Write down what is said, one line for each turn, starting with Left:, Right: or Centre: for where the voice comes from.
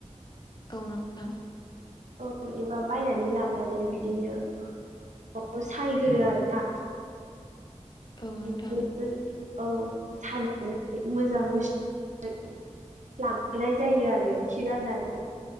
Left: औ नोंथां
Right: औ एबा बायनानै लाबोनानै बिदिनो नवाव सायगोरो आरो दा
Left: औ नोंथां
Right: बिदिनो औ सायनानै मोजाङै <unintelligible> लाबोनाय जायो आरो खि गारनानै